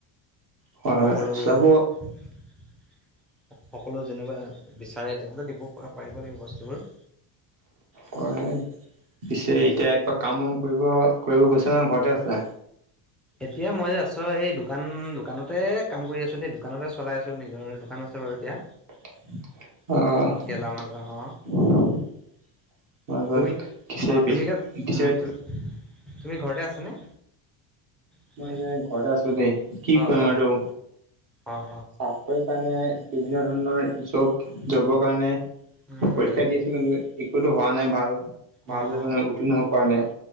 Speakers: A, on the right; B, in the centre.
A: হয় হয়
B: সকলো
A: চলাব
B: সকলোৱে যেনেকুৱা বিচাৰে তেনেকুৱা দিব পা-পাৰিব লাগিব বস্তুবোৰ।
A: ক সেই পিছে
B: উম
A: এতিয়া কিবা কাম বন কৰিব, কৰিব গৈছা না ঘৰতে আছা?
B: এতিয়া মই এই ওচৰৰ এই দোকান দোকানতে কাম কৰি আছো দেই দোকানতে চলাই আছো, নিজৰ দোকান আছে বাৰু এতিয়া। <inaudible>
A: অহ
B: গেলামাল
A: অহ
B: দোকান। অ
A: সোমাই গ'ল
B: তুমি
A: খিছে
B: অ
A: খিছে পিছ
B: তুমি ক
A: পিছেত
B: উম তুমি তুমি ঘৰতে আছানে? এতিয়া
A: মই যে ঘৰতে আছো দেই। কি
B: অ
A: কৰিম
B: অ।
A: আৰু
B: অ অ।
A: চাকৰি কাৰণে বিভিন্ন ধৰণৰ জব জবৰ কাৰণে
B: উম
A: পৰীক্ষা
B: উম
A: দি আছো কিন্তু একোতো হোৱা নাই ভাল
B: অ
A: ভালেদৰে
B: অ
A: তাৰমানে উত্তীৰ্ণ হ'ব পৰা নাই।